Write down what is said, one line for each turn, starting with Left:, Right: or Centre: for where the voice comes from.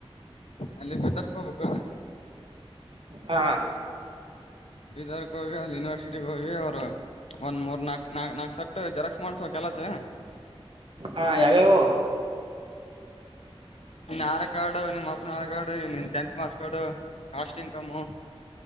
Left: ಅಲ್ಲಿ ಗೊತರ್ಕೋಬೇಕ.
Right: ಹಾ
Left: ಬಿದರ್ ಕ ಹೋಗಿ ಅಲ್ಲಿ ಯನಿವರ್ಸಿಟಿಗ ಹೋಗಿ ಅವ್ರ. ಒಂದ್ ಮೂರ್ ನಾಕ್ ನಾಕ್ ನಾಕ್ ಸಟ್ಟು ಜೆರಾಕ್ಸ್ ಮಾಡ್ಸಬೇಕಲಸ.
Right: ಹಾ ಯಾವ್ಯಾವು.
Left: ನಿನ್ ಆಧಾರ್ ಕಾರ್ಡು ನಿಮ್ಮ ಅಪ್ಪನ ಆಧಾರ್ ಕಾರ್ಡು ನಿನ್ tenth marks card caste income.